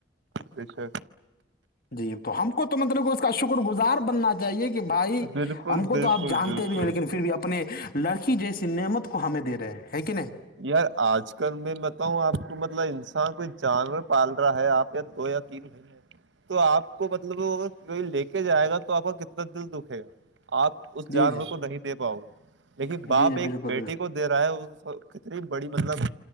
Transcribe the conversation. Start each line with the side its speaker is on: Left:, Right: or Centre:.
Right: ایھا
Left: جی تو ہم کو تو مطلب اس کا شکر گزار بننا چاہیے کہ بھائی
Right: بالکل
Left: ہم کو
Right: بالکل
Left: تو آپ جانتے
Right: بالکل
Left: بھی نہیں لیکن پھر بھی اپنے لڑکی جیسی نعمت کو ہمیں دے رہے ہیں کہ نہیں
Right: یار آج کل میں بتاؤں آپ کو مطلب انسان کوئی جانور پال رہا ہے آپ یا دو یا تین مہینے تو آپ کو مطلب ا کوئی لے کے جائے گا تو آپ کو کتنا دل دکھے گا آپ اس
Left: جی
Right: جانور
Left: جی
Right: کو نہیں دے پاؤ گے دیکھیے باپ
Left: جی جی
Right: ایک
Left: بالکل
Right: بیٹی
Left: بالکل
Right: کو دے رہا ہے بڑی مطلب